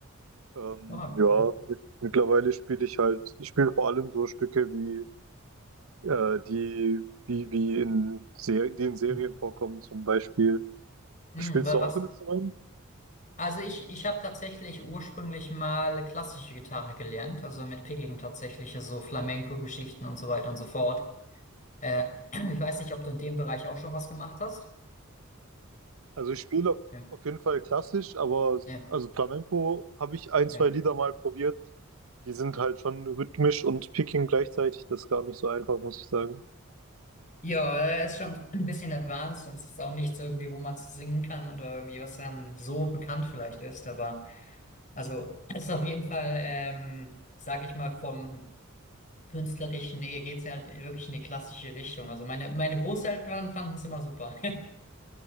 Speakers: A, on the right (about 80°); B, on the left (about 35°).
A: Ähm,
B: Okay.
A: ja, mit- mittlerweile spiele ich halt, ich spiele vor allem so Stücke wie, äh, die, wie, wie in Ser die in Serien
B: Hm,
A: vorkommen zum Beispiel.
B: hm,
A: Spielst
B: wa-
A: du
B: was?
A: auch in Instrument?
B: Also ich, ich habe tatsächlich ursprünglich mal klassische Gitarre gelernt, also mit Picking tatsächlich, also so Flamenco-Geschichten und so weiter und so fort. Äh, <clears throat> ich weiß nicht, ob du in dem Bereich auch schon was gemacht hast.
A: Also ich spiele auf
B: Ja,
A: auf jeden Fall klassisch, aber s-
B: ja.
A: also Flamenco habe ich ein,
B: ja.
A: zwei Lieder mal probiert. Die sind halt schon rhythmisch und picking gleichzeitig. Das ist gar nicht so einfach, muss ich sagen.
B: Ja, er ist schon ein bisschen advanced und es ist auch nichts irgendwie, wo man es singen kann oder irgendwie, was dann so bekannt vielleicht ist. Aber also es ist auf jeden Fall, ähm, sag ich mal, vom Künstlerischen her geht's halt wirklich in die klassische Richtung. Also meine, meine Großeltern fanden es immer super. <laughs>